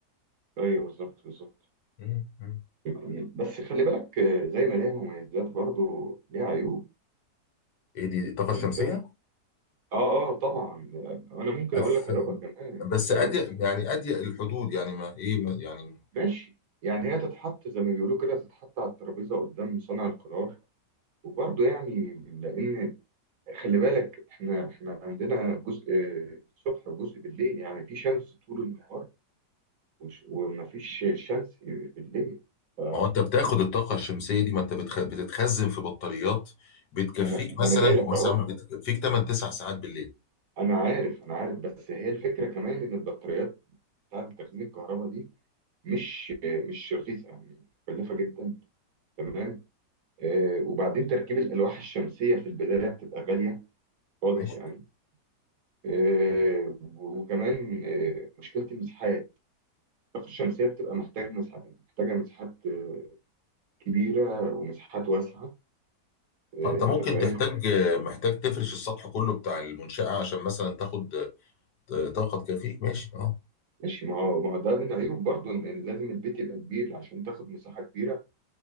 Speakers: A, on the right (about 60°); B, on the left (about 70°).
A: ايوه بالظبط بالظبط
B: مم. مم.
A: يعني بس خلي بالك آه، زي ما ليها مميزات برضو ليها عيوب
B: ايه دي الطاقة الشمسية؟
A: انت اه اه طبعا انا ممكن
B: أف-
A: اقول لك عيوبها كمان
B: بس
A: العيوب
B: اضيق يعني اضيق الحدود يعني ما ايه ما يعني
A: ماشي يعني هي تتحط زي ما بيقولوا كده تتحط على الترابيزه قدام صانع القرار وبرضه يعني لان خلي بالك احنا احنا عندنا جزء الصبح وجزء بالليل يعني في شمس طول النهار وش- ومفيش شمس بالليل ف-
B: ما هو انت بتاخد الطاقه الشمسيه دي ما انت بتخ... بتتخزن في بطاريات بتكفيك
A: ما انا
B: مثلا
A: ما أنا جاي لك
B: هو
A: اهو
B: ساعة- بتكفيك 8 9 ساعات بالليل
A: انا عارف انا عارف بس هي الفكره كمان ان البطاريات بتاعت تخزين الكهرباء دي مش مش رخيصه يعني مكلفه جدا تمام آه، وبعدين تركيب الالواح الشمسيه في البدايه بتبقى غاليه خالص
B: ماشي
A: يعني آه، وكمان آه، مشكلة المساحات الطاقة الشمسية بتبقى محتاج مساحات محتاجة مساحات آه، كبيرة ومساحات واسعة آه،
B: فانت ممكن
A: أنت فاهم؟
B: تحتاج محتاج تفرش السطح كله بتاع المنشاه عشان مثلا تاخد طاقه تكفيك ماشي اه
A: ماشي ما هو ما هو ده من عيوب برضو إن إن لازم البيت يبقى كبير عشان تاخد مساحة كبيرة